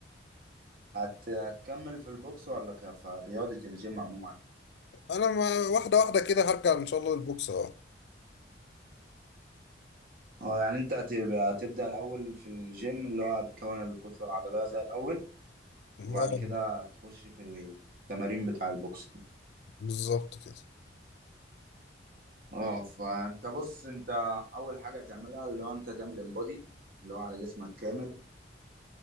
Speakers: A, on the right; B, on the left.
A: هت... هتكمل في البوكس ولا ك- في رياضة الجيم عموما
B: انا ما واحده واحده كده هرجع ان شاء الله للبوكس اه
A: اه يعني انت هتبقى هتبدأ الاول في الجيم اللي هو هتكون الكتلة العضلية زي الاول
B: اه
A: وبعد كده تخش في التمارين بتاع البوكس
B: بالظبط كده
A: اه فانت بص انت اول حاجه تعملها اللي هو انت تعمل انبادي اللي هو على جسمك كامل